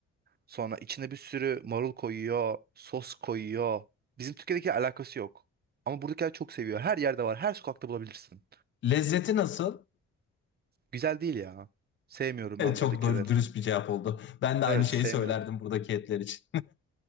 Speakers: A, on the right; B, on the left.
A: Sonra içine bir sürü marul koyuyor, sos koyuyor. Bizim Türkiye'deki alakası yok. Ama buradakiler çok seviyor. Her yerde var. Her sokakta bulabilirsin.
B: Lezzeti nasıl? <laughs>
A: Güzel değil ya. Sevmiyorum ben
B: Çok
A: buradakileri.
B: doğru, dürüst bir cevap oldu. Ben de
A: Evet,
B: aynı şeyi
A: sevmiyorum.
B: söylerdim buradaki etler için.